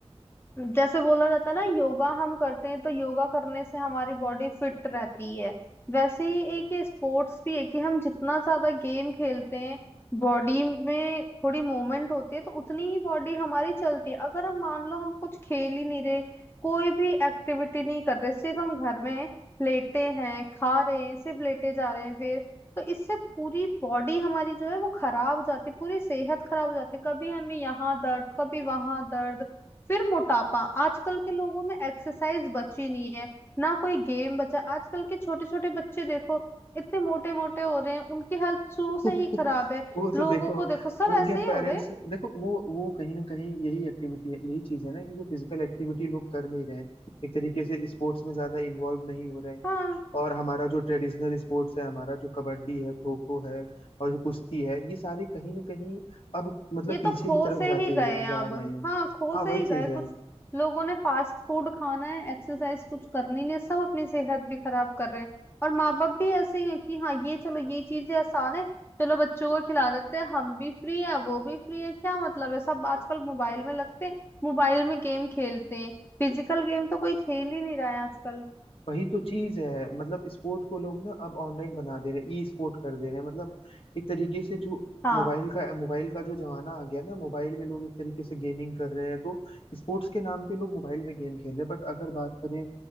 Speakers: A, on the left (about 20°); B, on the left (about 55°).
A: जैसे बोला जाता है ना योगा हम करते हैं तो योगा करने से हमारी बॉडी फिट रहती है वैसे ही एक ये स्पोर्ट्स भी है कि हम जितना ज्यादा गेम खेलते हैं बॉडी में थोड़ी मूवमेंट होती है तो उतनी ही बॉडी हमारी चलती है अगर हम मान लो हम कुछ खेल ही नहीं रहे कोई भी एक्टिविटी नहीं कर रहे सिर्फ हम घर में लेटे हैं खा रहे हैं सिर्फ लेटे जा रहे हैं फिर तो इससे पूरी बॉडी हमारी जो है वो खराब हो जाती है पूरी सेहत खराब हो जाती है कभी हमें यहाँ दर्द कभी वहां दर्द फिर मोटापा आजकल के लोगों में एक्सरसाइज बची नहीं है ना कोई गेम बचा आजकल के छोटे छोटे बच्चे देखो इतने मोटे मोटे हो रहे हैं उनकी हेल्थ शुरू
B: <laughs>
A: से ही खराब है
B: वो
A: लोगों
B: तो देखो
A: को देखो सब
B: उनके
A: ऐसे ही
B: पेरेंट्स
A: हो रहे हैं
B: देखो वो वो कहीं ना कहीं यही एक्टिविटी है यही चीज है ना कि जो फिजिकल एक्टिविटी लोग कर नहीं रहे हैं एक तरीके से स्पोर्ट्स में ज्यादा इन्वॉल्व नहीं हो रहे हैं
A: हाँ
B: और हमारा जो ट्रेडिशनल स्पोर्ट्स है हमारा जो कबड्डी है खो खो है और जो कुश्ती है ये सारे कहीं ना कहीं अब मतलब
A: ये तो
B: पीछे
A: खो
B: की तरफ
A: से
B: जाते
A: ही
B: हुए
A: गए हैं
B: जा
A: अब
B: रहे हैं
A: हाँ खो
B: हाँ
A: से
B: वही
A: ही गए
B: चीज है
A: कुछ लोगों ने फास्ट फूड खाना है एक्सरसाइज कुछ करनी नहीं है सब अपनी सेहत भी खराब कर रहे हैं और माँ बाप भी ऐसे ही हैं कि हाँ ये चलो ये चीजें आसान है चलो बच्चों को खिला देते हैं हम भी फ्री है वो भी फ्री है क्या मतलब है सब आजकल मोबाइल में लगते हैं मोबाइल में गेम खेलते हैं फिजिकल गेम तो कोई खेल ही नहीं रहा है आजकल
B: वही तो चीज है मतलब स्पोर्ट को लोग ना अब ऑनलाइन बना दे रहे हैं ई स्पोर्ट कर दे रहे हैं मतलब एक तरीके से जो
A: हाँ
B: मोबाइल का मोबाइल का जो जमाना आ गया ना मोबाइल में लोग एक तरीके से गेमिंग कर रहे हैं तो स्पोर्ट्स के नाम पे लोग मोबाइल में गेम खेल रहे हैं बट अगर बात करें